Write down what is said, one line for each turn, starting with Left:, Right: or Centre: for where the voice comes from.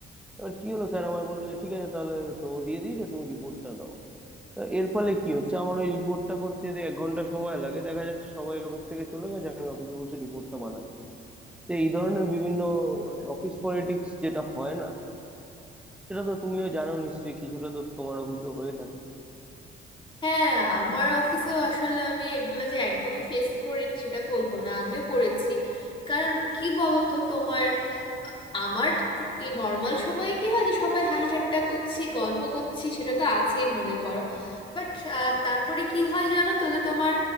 Centre: এবার কি হলো স্যার আমায় বললো যে, ঠিক আছে তাহলে তো ও দিয়ে দিয়েছে তুমি রিপোর্টটা দাও তা এর ফলে কি হচ্ছে আমার ওই রিপোর্টটা করতে যে এক ঘন্টা সময় লাগে দেখা যাচ্ছে সবাই অফিস থেকে চলে গেছে আমি অফিসে বসে রিপোর্টটা বানাচ্ছি তো এই ধরনের বিভিন্ন মানে অফিস পলিটিক্স যেটা হয় না সেটা তো তুমিও জানো নিশ্চয়ই কিছুটা তো তোমার অফিসেও হয়ে থাকে
Left: হ্যাঁ আমার অফিসেও আসলে আমি এগুলো যে একদমই ফেস করিনি সেটা বলবো না আমিও করেছি কারণ কি বলতো তোমার আ- আমার এই নর্মাল সময়ে কি হয় যে সবাই হাসি ঠাট্টা করছি গল্প করছি সেটা তো আছেই মনে করো বাট তারপরে কি হয় জানো তো যে তোমার